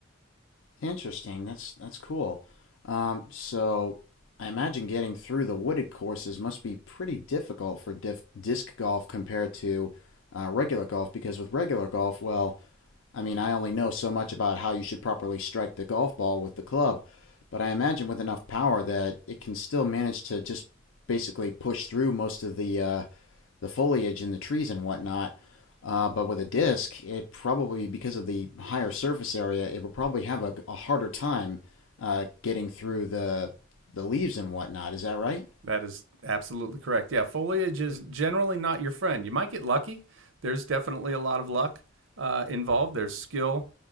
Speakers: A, on the left (about 85°); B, on the right (about 75°).
A: Interesting. That's that's cool. Um, so I imagine getting through the wooded courses must be pretty difficult for diff disc golf compared to uh, regular golf because with regular golf, well, I mean, I only know so much about how you should properly strike the golf ball with the club, but I imagine with enough power that it can still manage to just basically push through most of the uh, the foliage and the trees and whatnot. Uh, but with a disc, it probably because of the higher surface area, it will probably have a, a harder time uh, getting through the the leaves and whatnot. Is that right?
B: That is absolutely correct. Yeah, foliage is generally not your friend. You might get lucky. There's definitely a lot of luck uh, involved. There's skill.